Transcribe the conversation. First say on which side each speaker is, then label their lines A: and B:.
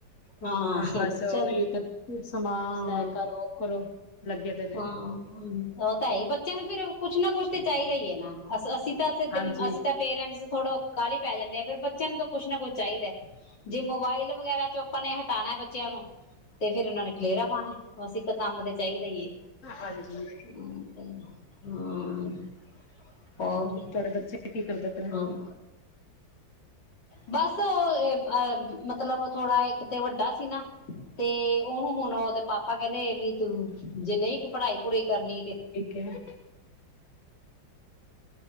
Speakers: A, on the left; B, on the left.
A: ਹਾਂ
B: ਹੁਣ ਬਸ
A: ਚਲ
B: ਉਹੀ ਗ ਸਮਾਨ
A: ਹਾਂ
B: ਹੈ। ਕਰੋ ਕਰੋ ਲੱਗੇ ਦੇ ਨੇ।
A: ਹਾਂ ਹਮ ਉਹ ਤਾਂ ਹੈ ਬੱਚਾ ਚਲੋ ਫਿਰ ਉਹ ਕੁਛ ਨਾ ਕੁਛ ਤਾਂ ਚਾਹੀਦਾ ਹੀ ਹੈ। ਨਾ- ਅ ਅਸੀਂ
B: ਹਾਂਜੀ।
A: ਅਸੀਂ ਤਾਂ ਪੇਰੈਂਟਸ ਥੋੜਾ ਕਾਹਲੀ ਪੈ ਜਾਂਦੇ ਆ ਫਰ ਬੱਚਿਆਂ ਨੂੰ ਤਾਂ ਕੁੱਛ ਨਾ ਕੁੱਛ ਚਾਹੀਦਾ ਜੇ ਮੋਬਾਇਲ ਵਗੈਰਾ ਚੋਂ ਆਪਾਂ ਨੇ ਹਟਾਣਾ ਬੱਚਿਆਂ ਨੂੰ ਤੇ ਫੇਿਰ ਉਹਨਾਂ ਨੇ ਖਲੇਰਾ ਪਾਉਣਾ ਬਸ ਇੱਕ ਕੰਮ ਤੇ ਚਾਹੀਦਾ। ਨਹੀਂਹੀਏ
B: ਹਾਂਜੀ
A: ਹਮ ਹੋਰ
B: ਤੁਹਾਡੇ ਬੱਚੇ ਨੇ ਕੀ ਕਰਦਾ ਆਪਣਾ
A: ਹਮ ਬਸ ਉਹ ਮਤਲਬ ਥੋੜਾ ਇੱਕ ਤੇ ਵੱਡਾ ਸੀ ਨਾ ਤੇ ਉਹਨੂੰ ਹੁਣ ਉਹਦੇ ਪਾਪਾ ਕਹ ਨੇੇ ਇਹ ਵੀ ਤੂੰ ਜੇ ਨਹੀਂ ਕੋਈ ਪੜ੍ਹਾਈ ਪੜੂਈ ਕਰਨੀ ਤੇ
B: ਠੀਕ ਹੈ